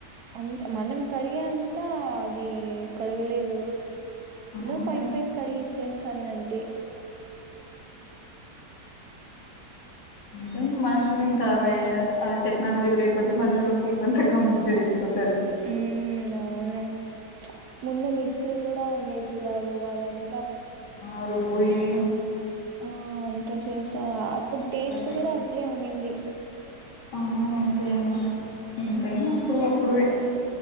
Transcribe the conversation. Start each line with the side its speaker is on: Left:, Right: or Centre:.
Right: అంత మనం కడిగే అంతా అది కడగలేదు నువ్వు
Left: అంతే
Right: పైన పైన కడిగి ఇచ్చేస్తాందంతే
Left: తకు మ ఇంకా అ అది టెక్నాలజీ బ్రే కొద్ది మనుషులకి బంతకం పెరిగిపోంది
Right: ఉమ్ అవును ముందు మీ చిలు కూడా ఉండేటివి కాదు వాళ్ళ న్
Left: ఆరూ పోయి
Right: అ ఆ అంతా చేసా అప్పుడు టేస్ట్
Left: అలా
Right: కూడా అట్లే ఉనిండింది
Left: అవున్ ఇంకే ఇంతైనా
Right: ఉమ్
Left: అప్పుడు అప్పుడివే